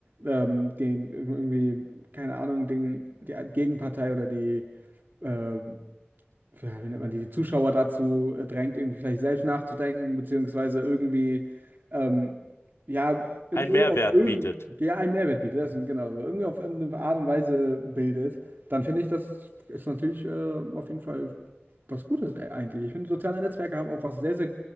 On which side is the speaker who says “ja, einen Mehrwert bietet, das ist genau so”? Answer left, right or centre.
Right